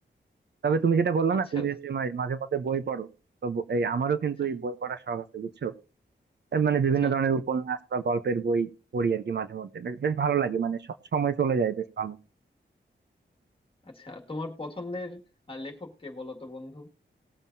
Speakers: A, on the right (about 60°); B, on the left (about 30°).
A: তবে তুমি যেটা বললা
B: আচ্ছা
A: না তুমি
B: আচ্ছা
A: হচ্ছে মা- মাঝে মধ্যে বই পড়ো তো ব- এই আমারও কিন্তু
B: আচ্ছা
A: এই বই পড়ার শখ আছে বুঝছো এর মানে
B: আচ্ছা
A: বিভিন্ন ধরনের উপন্যাস বা গল্পের বই পড়ি আর কি মাঝে মধ্যে বেশ বেশ ভালো লাগে মানে স- সময় চলে যায় বেশ ভালো
B: আচ্ছা তোমার পছন্দের আহ, লেখক কে বলো তো বন্ধু